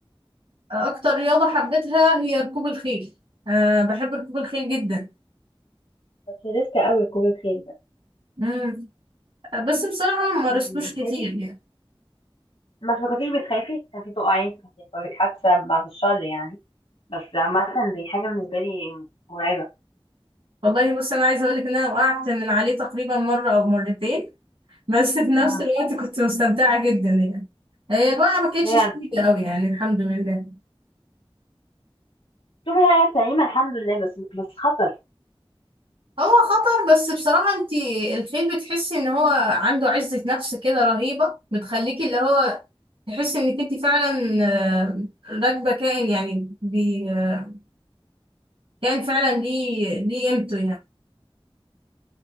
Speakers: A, on the right; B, on the left.
A: اكتر رياضة حبيتها هي ركوب الخيل أه بحب ركوب الخيل جدا
B: بس ريسك قوي ركوب الخيل ده
A: مم. بس بصراحة ما مارستوش
B: انت بتخافي
A: كتير يعني
B: بس ما كنتيش بتخافي تخافي تقعي تخافي يحصل لك حادثة بعد الشر يعني بس عامة دي حاجة بالنسبة لي مرعبة
A: والله بص انا عايزة اقولك ان انا وقعت من عليه تقريبا مرة او مرتين بس في نفس
B: آه
A: الوقت كنت مستمتعة جدا يعني هي الوقعة ما كانتش
B: بجد
A: شديدة قوي يعني الحمد لله
B: طول هي سليمة الحمد لله بس بس خطر
A: هو خطر بس بصراحة انت الخيل بتحسي ان هو عنده عزة نفس كده رهيبة بتخليكي اللي هو تحسي انك انت فعلا آه، راكبة كائن يعني بي آه، كائن فعلا ليه ليه قيمته يعني